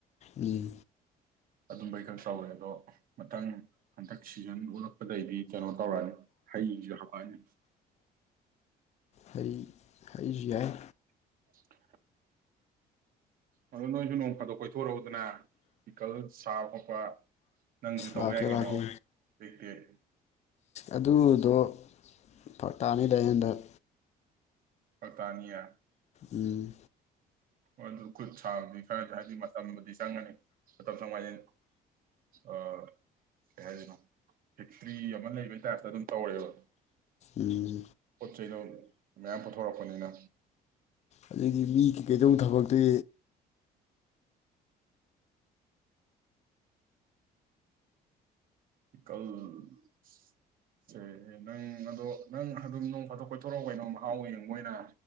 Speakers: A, on the left; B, on the right.
A: ꯎꯝ
B: ꯑꯗꯨꯝꯕꯩ ꯈꯛ ꯆꯥꯎꯋꯦ ꯑꯗꯣ ꯃꯊꯪ ꯍꯟꯇꯛ ꯁꯤꯖꯟ ꯑꯣꯠꯂꯛꯄꯗꯒꯤꯗꯤ ꯀꯩꯅꯣ ꯇꯧꯔꯛꯑꯅꯤ ꯍꯩꯁꯨ ꯍꯥꯞꯂꯛꯑꯅꯤ
A: ꯍꯩ ꯌꯥꯏ
B: <inaudible> ꯑꯗꯨ ꯅꯣꯏꯁꯨ ꯑꯗꯣ ꯀꯣꯏꯊꯣꯔꯛꯎꯗꯅ ꯄꯤꯀꯜ ꯁꯥꯕ ꯈꯣꯠꯄ ꯅꯪꯁꯨ ꯇꯧꯕ
A: ꯂꯥꯛꯀꯦ
B: ꯌꯥꯏ ꯀꯩꯅꯣ
A: ꯂꯥꯛꯀꯦ
B: ꯇꯦꯛ ꯇꯦꯛ
A: ꯑꯗꯨꯗꯣ ꯐꯔꯛ ꯇꯥꯅꯤꯗ ꯑꯩ ꯍꯟꯗꯛ
B: ꯐꯔꯛꯇꯥꯅꯤꯌꯦ
A: ꯎꯝ
B: ꯑꯗꯨ ꯈꯨꯠ ꯁꯥꯕꯗꯤ ꯈꯔꯗꯤ ꯍꯥꯏꯗꯤ ꯃꯇꯝꯕꯨꯗꯤ ꯆꯪꯒꯅꯤ ꯃꯇꯝ ꯆꯪꯉ ꯍꯥꯏꯗꯤ ꯑ ꯀꯩ ꯍꯥꯏꯗꯣꯏꯅꯣ <inaudible> ꯑꯃ ꯂꯩꯕꯩ ꯇꯥꯏꯞꯇ ꯑꯗꯨꯝ ꯇꯧꯔꯦꯕ
A: ꯎꯝ
B: ꯄꯣꯠ ꯆꯩ ꯃꯌꯥꯝ ꯄꯨꯊꯣꯔꯛꯄꯅꯤꯅ
A: ꯑꯗꯨꯗꯒꯤ ꯃꯤ ꯀꯩꯗꯧ ꯊꯕꯛꯇꯨꯗꯤ
B: ꯄꯤꯀꯜꯁꯦ ꯅꯪ ꯑꯗꯣ ꯅꯪ ꯑꯗꯨꯝ ꯅꯣꯡ ꯐꯥꯊꯣꯛ ꯀꯣꯏꯊꯣꯔꯛꯎ ꯀꯩꯅꯣ ꯃꯍꯥꯎꯩ ꯌꯦꯕꯥ ꯑꯣꯏꯅ